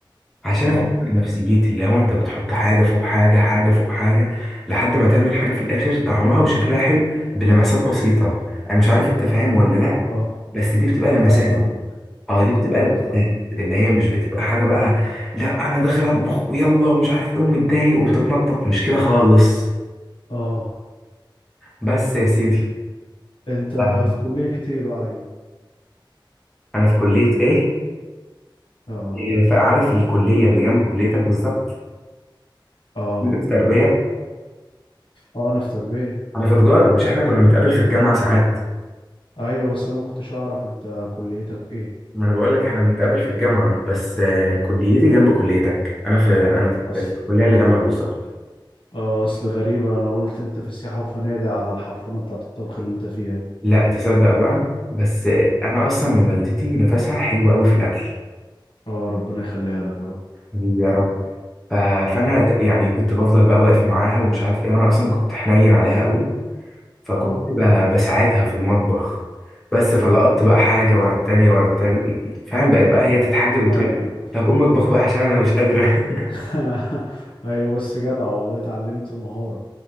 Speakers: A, in the centre; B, on the left (about 80°).
A: عشان
B: اه
A: افكر نفسيتي اللي هو انت بتحط حاجه فوق حاجه حاجه فوق حاجه لحد ما تعمل حاجه في الاخر طعمها وشكلها حلو بلمسات بسيطه انا مش عارف انت فاهم ولا لا
B: اه
A: بس دي بتبقى لمسات
B: لا فاهمك
A: اه دي بتبقى
B: ايوه فاهمك
A: لمسات اللي هي مش بتبقى حاجه بقى لا انا داخل اطبخ ويلا ومش عارف ايه ومتضايق وبتتنطط مش كده خالص
B: اه
A: بس يا سيدي
B: انت
A: انا
B: في كليه ايه بقى على كده
A: أنا في كليه ايه
B: اه
A: إيه، فعارف الكليه اللي جنب كليتك بالظبط
B: اه
A: انت في تربيه
B: اه انا في تربيه
A: انا في تجاره مش احنا كنا بنتقابل في الجامعه ساعات
B: ايوه بس انا ما كنتش اعرف انت كليتك ايه
A: ما انا بقول لك احنا بنتقابل في الجامعه بس آه، كليتي جنب كليتك انا في انا
B: اصل
A: في الكليه اللي جنبك بالظبط
B: اه اصل غريبه انا قلت انت في السياحه وفنادق على الحرفنه بتاعت الطبخ اللي انت فيها دي
A: لا تصدق بقى بس آه، انا اصلا والدتي نفسها حلو قوي في الاكل
B: اه ربنا يخليها لك يا رب
A: حبيبي يا رب ف- فانا ت- يعني كنت بفضل بقى واقف معاها ومش عارف ايه وانا اصلا كنت حنين عليها قوي فكنت
B: اه
A: ب- بساعدها في المطبخ بس فلقطت بقى حاجه ورا التانيه ورا التالت فاهم بقت بقى هي تتحجج وتقول
B: ايوه
A: طب قوم اطبخ بقى عشان انا مش قادره
B: <laughs> ايوه بس جدع والله اتعلمت مهارة